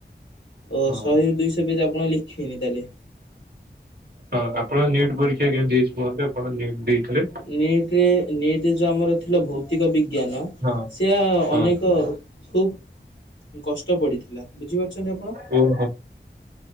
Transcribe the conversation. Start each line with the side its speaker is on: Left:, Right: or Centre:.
Left: ଓ
Right: ହଁ।
Left: ଶହେରୁ ଦୁଇଶହ ପେଜ ଆପଣ ଲେଖିବେନି ତା ହେଲେ।
Right: ହଁ ଆପଣ ନିଟ୍ ପରୀକ୍ଷା କେମିତି ହେଇଚି କୁହନ୍ତୁ ଆପଣ ନିଟ୍ ଦେଇଥିଲେ?
Left: ନିଟ୍ ରେ ନିଟ୍ ଯୋଉ ଆମର ଥିଲା ଭୌତିକ ବିଜ୍ଞାନ।
Right: ହଁ
Left: ସେଆ
Right: ହଁ।
Left: ଅନେକ ଖୁବ୍ କଷ୍ଟ ପଡିଥିଲା ବୁଝିପାରୁଚନ୍ତି ଆପଣ।
Right: ହୁଁ ହୁଁ।